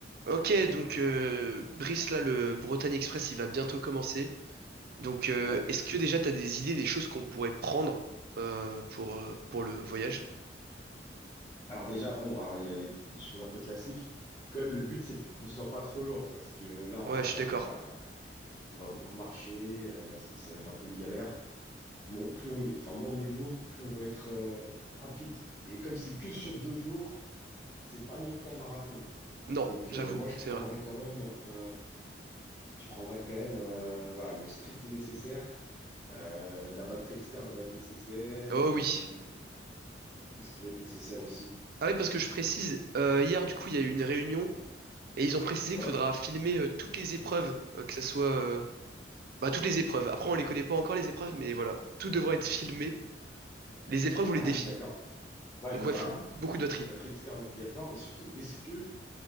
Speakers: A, on the right (about 60°); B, on the left (about 20°).
A: Ok, donc euh, Brice, là, le Bretagne Express, il va bientôt commencer. Donc, euh,
B: Ouais.
A: est-ce que déjà tu as des idées des choses qu'on pourrait prendre euh, pour, euh, pour le voyage?
B: Alors déjà, bon, alors il y a les, les choses un peu classiques. Quand même, le but, c'est qu'on soit pas trop lourd parce que là, on
A: Ouais,
B: va,
A: je suis d'accord.
B: voilà, euh, on va beaucoup marcher, euh, sinon ça va être un peu une galère. Bon, plus on est, enfin, moins on est lourd, plus on va être euh, rapide. Et comme c'est que sur deux jours, c'est pas non plus un marathon.
A: Non,
B: Donc
A: j'avoue,
B: euh, moi, je
A: c'est
B: prendrais
A: vrai.
B: quand même, euh, je prendrais quand même, euh, voilà, le strict nécessaire. Euh, la batterie externe, elle va être nécessaire.
A: Oh
B: euh,
A: oui.
B: qu'est-ce qui va être nécessaire aussi?
A: Ah oui, parce que je précise, euh, hier, du coup, il y a eu une réunion et ils ont précisé
B: Ouais.
A: qu'il faudra filmer euh, toutes les épreuves, euh, que ça soit... euh, bah, toutes les épreuves. Après, on les connaît pas encore, les épreuves, mais voilà, tout devra être filmé, les épreuves ou les
B: Ah
A: défis.
B: oui, d'accord. Ouais,
A: Donc
B: donc
A: ouais,
B: voilà,
A: faut beaucoup
B: donc,
A: de batterie.
B: batterie externe obligatoire, mais surtout, est-ce que,